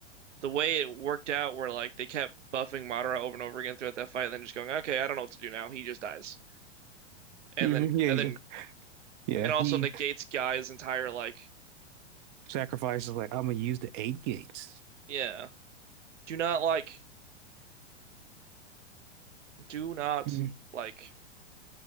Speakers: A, on the right; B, on the right.
A: the way it worked out, where like they kept buffing Madara over and over again throughout that fight, and then just going, "Okay, I don't know what to do now." He just dies, and
B: yeah,
A: then and
B: yeah.
A: then
B: Yeah,
A: it
B: he
A: also negates Guy's entire like,
B: sacrifices like I'm gonna use the eight gates.
A: yeah, do not like, do not
B: Mm.
A: like,